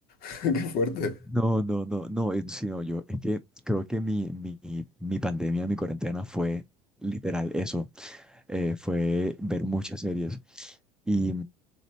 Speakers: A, on the left; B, in the centre.
A: <laughs> Qué fuerte.
B: No, no, no, no, es- sí, no, yo, es que creo que mi, mi, mi pandemia, mi cuarentena fue literal eso, eh, fue ver muchas series. Y